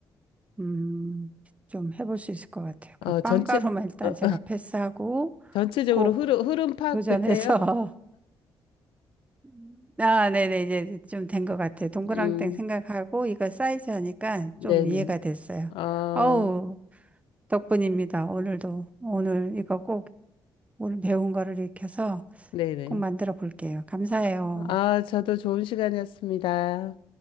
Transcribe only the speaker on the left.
어,
전체
어, 어,
전체적으로
흐름 흐름 파악되세요?
음,
네,
어,
네, 네.
아, 네네. 아, 저도 좋은 시간이었습니다.